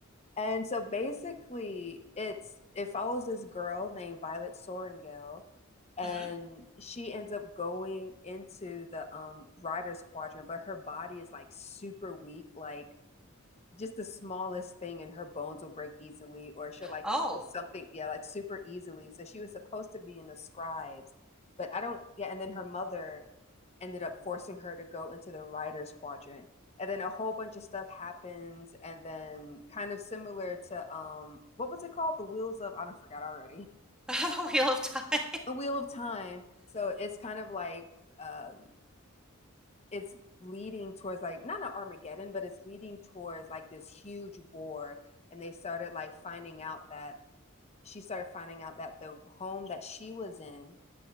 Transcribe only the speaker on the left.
And so basically, it's it follows this girl named Violet Soringale and
she ends up going into the um riders quadrant but her body is like super weak like just the smallest thing and her bones will break easily or she'll like
twist something yeah like super easily so she was supposed to be in the scribes but i don't yeah and then her mother ended up forcing her to go into the writers quadrant and then a whole bunch of stuff happens and then kind of similar to um what was it called the wheels of i don't forgot already
<laughs> the wheel of time so it's kind of like uh, it's leading towards like not an Armageddon, but it's leading towards like this huge war. And they started like finding out that she started finding out that the home that she was in,